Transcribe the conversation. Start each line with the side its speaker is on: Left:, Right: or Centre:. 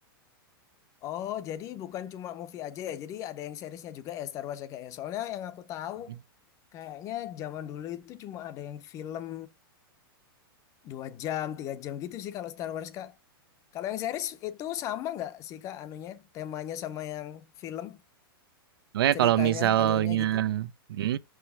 Left: Oh, jadi bukan cuma movie aja ya. Jadi ada yang seriesnya juga ya Star Wars ya kayaknya. Soalnya yang aku tahu
Right: salah.
Left: kayaknya zaman dulu itu cuma ada yang film dua jam, tiga jam gitu sih kalau Star Wars Kak. Kalau yang series itu sama nggak sih Kak anunya, temanya sama yang film,
Right: Oke,
Left: ceritanya,
Right: kalau misalnya,
Left: alurnya gitu?
Right: hmm,